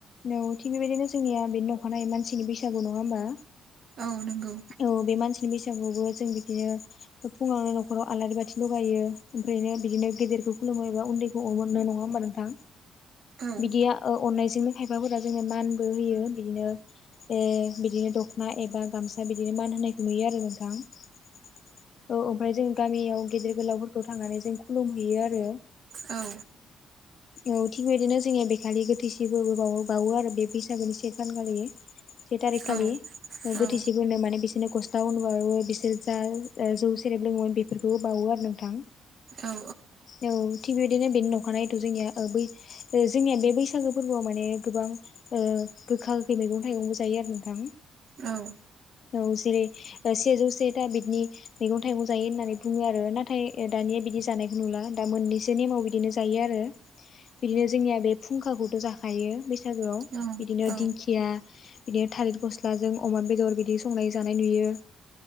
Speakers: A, on the left; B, on the right.
A: औ थिग बेबायदिनो जोंनिया बे न'खानाय मानसिनि बैसागु नङा होमबा?
B: औ नंगौ
A: औ बे मानसिनि बैसागुआवबो जों बिदिनो फुङावनो न'खराव आलारि बाथि लगायो ओमफ्रायनो बिदिनो गेदेरखौ खुलुमो एबा उन्दै नाय नंङा हबा नोंथां
B: औ
A: बिदिया अननायजोंनो खायफाफोरा जोंनो मानबो होयो बिदिनो ए बिदिनो दख'ना एबा गामसा बिदिनो मान होनायखौ नुयो आरो नोंथां औ ओमफ्राय जों गामियाव गेदेर गोलावफोरखौ थांनानै जों खुलुमहैयो आरो।
B: औ
A: औ थिग बिदिनो जोंनिया बेखालि गोथैसिबोबो ब बावो आरो बे फैसखौनि से फान खालि से टारिक
B: औ
A: खालि
B: औ
A: गोथोसेफोरो माने बिसोरनो गस्ला होनोबाबो बिसोर जा जौ सेरेब लोंङोमोन बेफोरखौ हो बावो आरो नोंथां
B: औ
A: औ थिग बेबायदिनो बेनि अखानायथ' जोंनिया बै जोंनिया बे बैसागो फोरबोआव माने गोबां गोखा गोखै मैगं थाइगंबो जायो आरो नोंथां
B: औ
A: औ जेरै सेजौ सेथा बिदनि मैगं थाइगं जायो होननानै बुङो आरो नाथाय दानिया बिदि जानायखौ नुला दा मोननैसो नेमाव बिदिनो जायो आरो बिदिनो जोंनिया बे फुंखाखौथ' जाखायो बैसागोआव
B: औ
A: बिदिनो दिंखिया बिदिनो थालिर गस्लाजों अमा बेदर बिदि संनाय जानाय नुयो